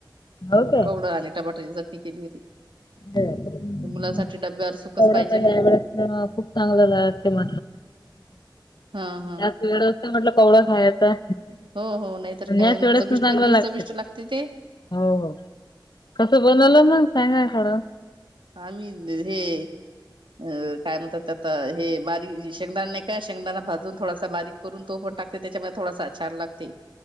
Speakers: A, on the left; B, on the right.
A: हो काय.
B: कवडा आणि टमाट्याची चटणी केली होती.
A: हम्.
B: मुलांसाठी डब्यावर सुकच
A: एवढं
B: पाहिजे
A: का
B: ना
A: आवड खूप चांगलं जाते म.
B: हा हा
A: त्यात वेळ म्हटलं पवळं खायचं.
B: हो हो नाहीतर काय
A: या ते एढच
B: चविष्ट
A: ना चांगलं
B: किती
A: लागते
B: चविष्ट ते
A: हो हो. कसं बनवलं मग सांगा खरं.
B: आम्ही हे अ काय म्हणतात आता हे बारीक शेंगदाणे नाही. शेंगदाना भाजून थोडासा बारीक करून तो पण टाकते त्याच्यामध्ये थोडासा छान लागते.